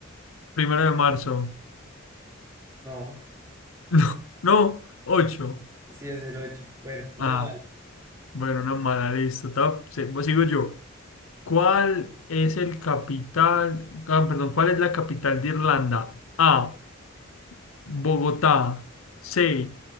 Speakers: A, on the left (about 80°); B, on the right (about 15°).
A: Primero de marzo.
B: No,
A: <laughs> No, no, ocho.
B: sí es el ocho Bueno, una
A: Ah,
B: mal.
A: bueno, una mala, listo. ta- se- pues sigo yo. ¿Cuál es el capital? Ah, perdón, ¿cuál es la capital de Irlanda? A. Bogotá, C,